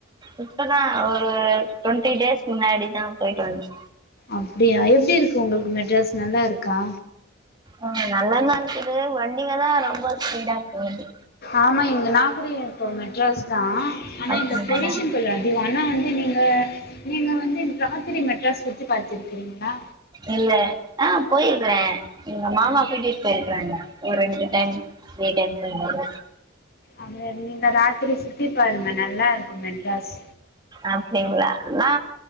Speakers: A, on the right (about 20°); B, on the left (about 50°).
A: இப்பதா ஒரு டுவொண்ட்டி டேஸ் முன்னாடிதா போயிட்டு வந்தோ
B: அப்டியா எப்டி இருக்கு உங்களுக்கு மெட்ராஸ் நல்லாருக்கா
A: ஆஹ நல்லா தா இருக்குது வண்டிதா ரொம்ப ஸ்பீடா போது
B: ஆமா இங்க நா கூடயே ப்போ மெட்ராஸ் தா ஆனா
A: அப்டிங்களா
B: இங்க பொல்யூஷ தொல்ல அதிகோ ஆனா வந் நீங்க நீங்க வந்து ராத்திரி மெட்ராஸ் சுத்தி பாத்துருக்கிறீங்களா
A: இல்ல ஆஹ் போயிருக்கறே எங்க மாமா
B: ம்
A: கூட்டிட்டு போய்ருக்கிறாங்க ஒர் ரெண்டு டைம் வேடென்ஷன் ஒரு
B: அமே நீங்க ராத்திரி சுத்தி பாருங்க நல்லா இருக்கும் மெட்ராஸ்
A: அப்டிங்களா நா